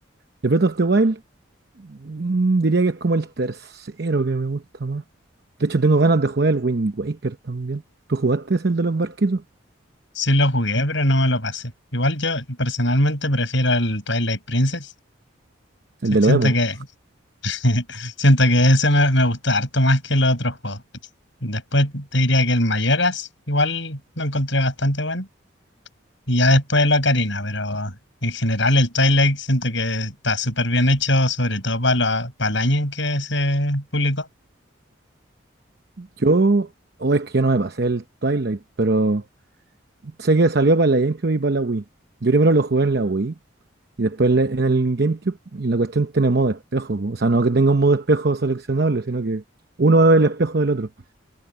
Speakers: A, on the right; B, on the left.
A: Y Breath of the Wild, mm, diría que es como el tercero que me gusta más. De hecho, tengo ganas de jugar el Wind Waker también. ¿Tú jugaste ese, el de los barquitos?
B: Sí lo jugué, pero no me lo pasé. Igual yo personalmente prefiero el Twilight Princess. Si-
A: El de
B: Siento
A: los emo.
B: que, <laughs> siento que ese me, me gusta harto más que los otros juegos. Después te diría que el Majoras igual lo encontré bastante bueno. Y ya después el Ocarina, pero en general el Twilight siento que está súper bien hecho, sobre todo para el año en que se publicó.
A: Yo. O es que yo no me pasé el Twilight, pero. Sé que salió para la GameCube y para la Wii. Yo primero lo jugué en la Wii y después en la- en el GameCube. Y la cuestión tiene modo espejo. po. O sea, no que tenga un modo espejo seleccionable, sino que uno es el espejo del otro.